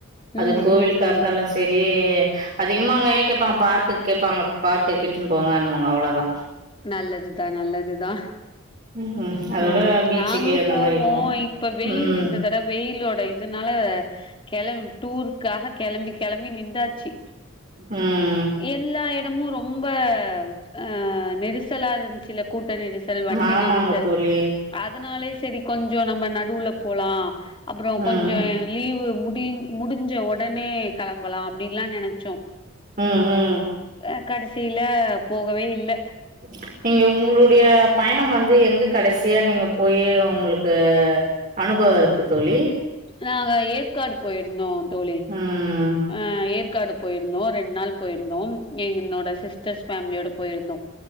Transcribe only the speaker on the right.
அது
கோவிலுக்கா
இருந்தாலு செ செரி அதிகமா அவுங்க என்ன கேட்பாங்க பார்க்கு கேட்பாங்க பார்க்கு கிட்டனு போங்கனுவாங்க அவ்ளதா
ம் அதோட
பீச்சுக்கு
அந்த
மாரி போவோம்.
ம்,
ம் ம்
ஆமாங்க
தோழி.
ம்,
ம் ம்
<inaudible> நீங்க உங்களுடைய பயணம் வந்து எங்க கடைசியா நீங்க போயி ஒங்களுக்கு அனுபவ இருக்கு தோழி
ம்